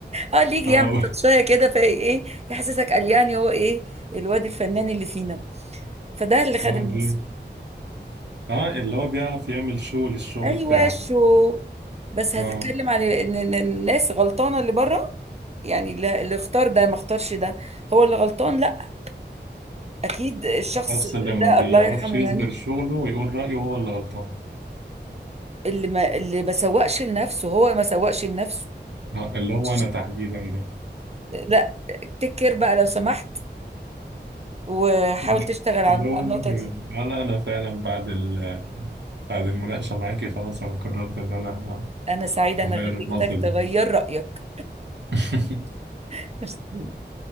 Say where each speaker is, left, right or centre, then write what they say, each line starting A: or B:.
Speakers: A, on the right (about 35°); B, on the right (about 75°).
A: اه ليك يعمل
B: أه
A: تاتشايه
B: <laughs>
A: كده فايه ايه يحسسك قال يعني هو ايه الواد الفنان اللي فينا فده اللي خد
B: أه
A: الناس
B: بي- أه اللي هو بيعرف يعمل شو للشغل
A: ايوه
B: بتاعه
A: شو بس هتتكلم
B: اه
A: عن ان إن الناس غلطانه اللي بره يعني اللي اللي اختار ده ما اختارش ده هو اللي غلطان لا اكيد الشخص
B: نفس اللي ما
A: ده
B: بيعرفش
A: الله يرحمه
B: يظهر
A: يعني
B: شغله ويقول رأيه هو اللي غلطان
A: اللي ما اللي ما سوقش لنفسه هو ما سوقش لنفسه
B: آه، اللي هو
A: ش-
B: أنا تحديدا ده
A: لا تكر بقى لو سمحت وحاول
B: اللي
A: تشتغل على
B: اللي هو
A: على
B: أنا
A: النقطه دي
B: ولا أنا فعلا بعد ال بعد المناقشة معاكي خلاص أنا قررت إن أنا ه-
A: انا سعيده ان
B: هغير
A: خليتك
B: النقطة دي
A: تغير رايك
B: <laughs>
A: <laughs>